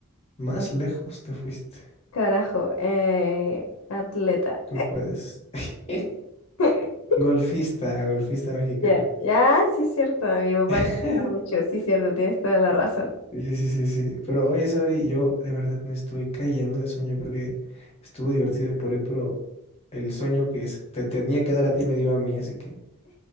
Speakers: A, on the left; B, on the left.
A: Más lejos te fuiste.
B: Carajo, eh, atleta.
A: Tú puedes. <laughs>
B: <laughs>
A: Golfista, golfista mexicana.
B: Ya, ya, sí es cierto, a mi papá
A: <laughs>
B: le gusta mucho, sí es cierto, tienes toda la razón.
A: Sí, sí, sí, sí, sí. Pero oye, Sabri, yo de verdad me estoy cayendo de sueño. Creo que estuvo divertido por hoy, pero el sueño que se te tenía que dar a ti me dio a mí, así que